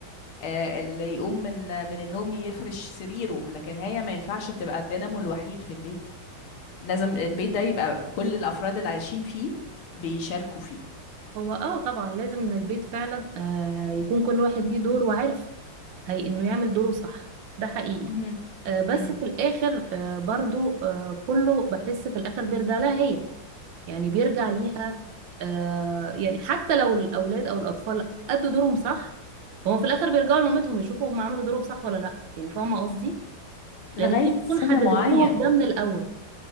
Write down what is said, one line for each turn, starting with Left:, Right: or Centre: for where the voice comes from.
Left: آه، اللي يقوم من من النوم يفرش سريره لكن هي ما ينفعش تبقى الدينامو الوحيد في البيت لازم البيت ده يبقى كل الافراد اللي عايشين فيه بيشاركوا فيه
Right: هو اه طبعا لازم ان البيت فعلا آه يكون كل واحد ليه دور وعارف هي انه يعمل دوره صح ده حقيقي
Left: مهم.
Right: آه بس
Left: مم.
Right: في الاخر آه برضو آه كله بحس في الاخر بيرجع لها هي يعني بيرجع ليها آه يعني حتى لو الاولاد او الاطفال ادوا دورهم صح هما في الاخر بيرجعوا لمامتهم يشوفوا هم عملوا دورهم صح ولا لا يعني فاهمة قصدي
Left: لغايه
Right: لان هي بتكون
Left: سن
Right: حددت
Left: معين
Right: لهم ده من الاول